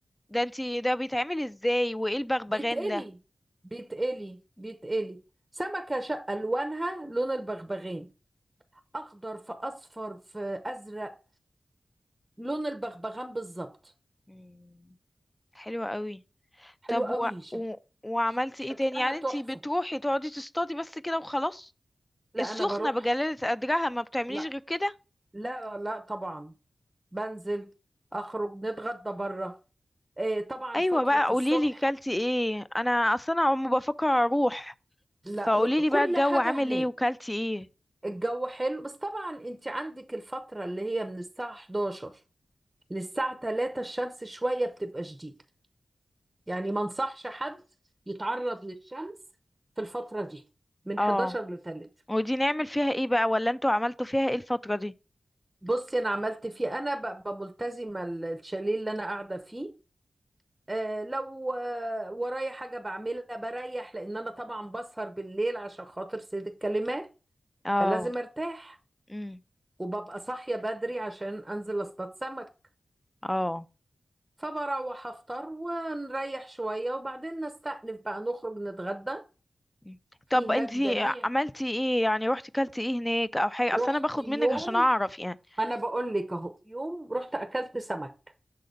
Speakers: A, on the left (about 15°); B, on the right (about 15°).
A: ده انت ده بيتعمل ازاي وايه البغبغان
B: بيتقلي
A: ده
B: بيتقلي بيتقلي سمكة شقة لونها لون البغبغان أخضر في أصفر في أزرق لون البغبغان بالظبط
A: مم، حلوة قوي
B: حلو
A: طب
B: قوي
A: و...
B: شك...
A: و... وعملتي
B: شكلها
A: ايه تاني يعني
B: تحفة
A: انتي بتروحي تقعدي تصطادي بس كده وخلاص
B: لا
A: السخنة
B: أنا بروح
A: بجلالة قدرها ما بتعمليش
B: لا
A: غير كده
B: لا لا طبعا بنزل أخرج نتغدى بره آه طبعا
A: ايوه
B: فترة
A: بقى قوليلي
B: الصبح
A: كلتي ايه انا اصلا عم بفكر اروح
B: لا
A: فقوليلي
B: رو- كل
A: بقى الجو
B: حاجة
A: عامل
B: هناك
A: ايه وكلتي ايه
B: الجو حلو بس طبعا انت عندك الفترة اللي هي من الساعة 11 للساعة 3 الشمس شوية بتبقى شديدة يعني ما انصحش حد يتعرض للشمس في الفترة دي من
A: اه
B: 11 ل 3
A: ودي نعمل فيها ايه بقى ولا انتوا عملتوا فيها ايه الفترة دي
B: بصي انا عملت فيه انا ببقى ملتزمة ال- الشاليه اللي انا قاعدة فيه آه لو آه ورايا حاجة بعملها بريح لان انا طبعا بسهر بالليل عشان خاطر سيد الكلمات
A: اه
B: فلازم ارتاح
A: امم
B: وببقى صاحية بدري عشان انزل اصطاد سمك
A: اه
B: فبروح افطر ونريح شوية وبعدين نستأنف بقى نخرج نتغدى
A: مم.
B: في
A: طب
B: هناك
A: انتي
B: جميع
A: عملتي ايه يعني روحتي كلتي ايه هناك او حاجة
B: رحت
A: اصل انا باخد
B: يوم
A: منك عشان اعرف يعني
B: ما انا بقول لك اهو يوم رحت اكلت سمك